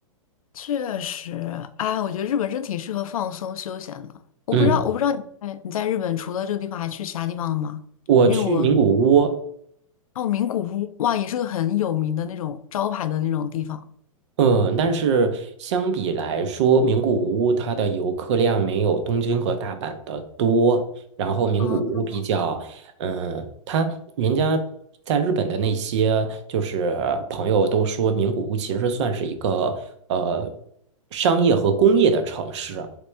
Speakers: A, on the left; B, on the right.
A: 确实，哎，我觉得日本真挺适合放松休闲的。我不知道，
B: 嗯，
A: 我不知道你在你在日本除了这个地方还去其他地方了吗？
B: 我去名古屋。
A: 因为我哦，名古屋哇，也是个很有名的那种招牌的那种地方。
B: 嗯，但是相比来说，名古屋它的游客量没有东京和大阪的多。然后名古屋比较，
A: 嗯，
B: 嗯，它人家在日本的那些就是朋友都说，名古屋其实算是一个呃商业和工业的城市。